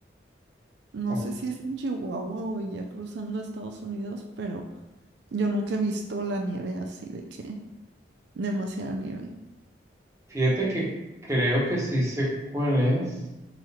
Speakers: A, on the right (about 70°); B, on the right (about 15°).
A: No
B: O-
A: sé si es en Chihuahua o ya cruzando a Estados Unidos, pero Yo nunca he visto la nieve así de que demasiada nieve.
B: Fíjate que creo que sí sé cuál es.